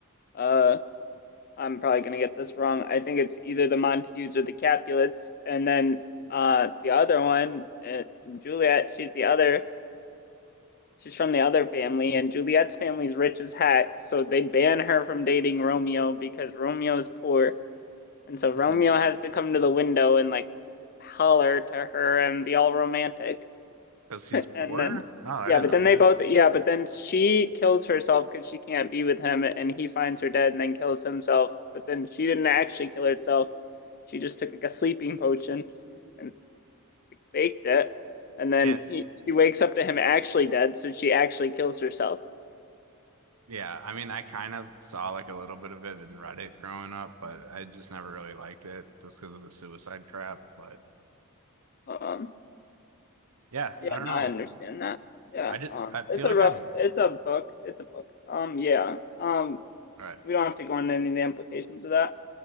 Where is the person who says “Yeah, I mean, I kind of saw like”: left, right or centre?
Right